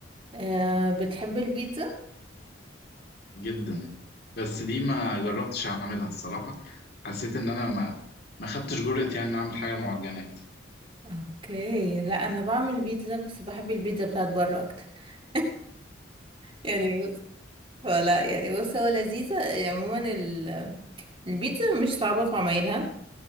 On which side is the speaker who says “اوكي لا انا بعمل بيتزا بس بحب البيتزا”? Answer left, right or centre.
Right